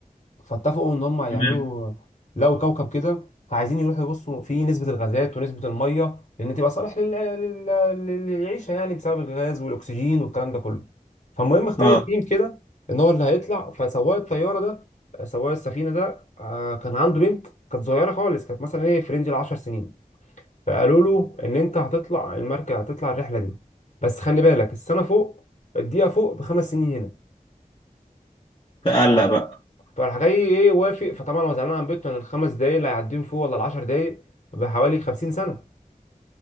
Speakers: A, on the left (about 55°); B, on the left (about 35°).
A: فاتفقوا ان هم يعملوا
B: تمام
A: لقوا كوكب كده فعايزين يروحوا يبصوا فيه نسبة الغازات ونسبة المية لان تبقى صالح لل... لل... للعيشة يعني بسبب الغاز والاكسجين والكلام ده كله فالمهم اختاروا
B: اه
A: تيم كده ان هو اللي هيطلع فسواق الطيارة ده سواق السفينة ده آه، كان عنده بنت كانت صغيرة خالص كانت مثلا ايه في رينج العشر سنين فقالوا له ان انت هتطلع المركب هتطلع الرحلة دي بس خلي بالك السنة فوق الدقيقة فوق بخمس سنين هنا.
B: تقلق بقى
A: فراح جاي ايه وافق فطبعا هو زعلان عن بيته ان الخمس دقايق اللي هيعديهم فيه ولا العشر دقايق بحوالي خمسين سنة